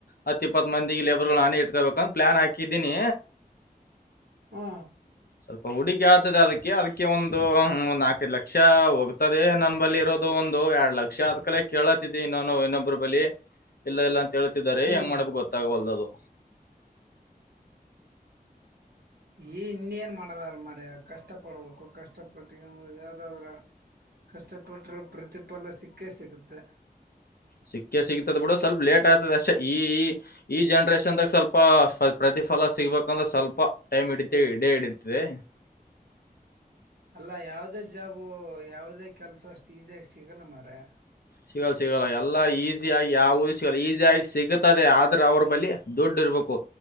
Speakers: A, on the left (about 75°); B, on the right (about 80°).
A: ಹತ್ತ ಇಪ್ಪತ್ ಮಂದಿಗೆ ಲೇಬರ್ ಗಳು ಹಾನಿ ಇಟ್ಕಬೇಕು ದು ಪ್ಲಾನ್ ಹಾಕಿದ್ದೀನಿ
B: ಹಾ
A: ಸ್ವಲ್ಪ ಹುಡಿಕಿ ಆಗ್ತದೆ ಅದಕ್ಕೆ ಅದಕ್ಕೆ ಒಂದು ಒಂದ್ ನಾಲ್ಕದು ಲಕ್ಷ ಹೋಗ್ ದೆ ನನ್ನ ಬಲ್ಲಿ ಇರೋದು ಒಂದು ಎರಡ್ ಲಕ್ಷ ಆದ್ ಕಲೆ ಕೇಳತ್ತಿದಿ ನಾನು ಇನ್ನೊಬ್ರು ಬಲಿ ಇಲ್ಲ ಎಲ್ಲ ಅಂತ ಹೇಳ್ತಿದಿದ್ದಾರೆ
B: ಹ್ಮ್
A: ಹೆಂಗ್ ಮಾಡ್ಬೇಕು ಗೊತ್ತಾಗವಲ್ದದು
B: ಈ ಇನ್ನೇಏನ್ ಮಾಡದ ಅಲ್ ಮರ ಕಷ್ಟ ಪಡ್ಬೇಕು ಕಷ್ಟ ಪಟ್ಟ ಯಾವ್ದಾದ್ರ ಕಷ್ಟಪಟ್ಟ್ರ ಪ್ರತಿಫಲ ಸಿಕ್ಕೇ ಸಿಗುತ್ತೆ
A: ಸಿಕ್ಕ ಸಿಗ್ತದ ಬಿಡ ಸ್ವಲ್ಪ ಲೇಟ್ ಆಗ್ತದ ಅಷ್ಟೇ ಈ ಈ ಈ ಜನ್ರೇಷನ್ದಾಗ ಸ್ವಲ್ಪ ಪ್ರತಿ ಫಲ ಸಿಗ್ಬೇಕಂದ್ರೆ ಸ್ವಲ್ಪ ಟೈಮ್ ಹಿಡತಿ ಇಡೇ ಹಿಡತದೆ
B: ಅಲ್ಲಾ ಯಾವ್ದೇ ಜಾಬು ಯಾವದೇ ಕೆಲ್ಸ ಅಷ್ಟು ಈಜಾಗ ಸಿಗಲ್ಲ ಮರ
A: ಸಿಗಲ್ಲ ಸಿಗಲ್ಲ ಎಲ್ಲಾ ಈಸಿ ಯಾಗಿ ಯಾವದ ಸಿಗಲ್ಲ ಈಸಿಯಾಗಿ ಸಿಗ್ತದೆ ಆದ್ರೆ ಅವ್ರ ಬಳಿ ದುಡ್ ಇರ್ಬೇಕು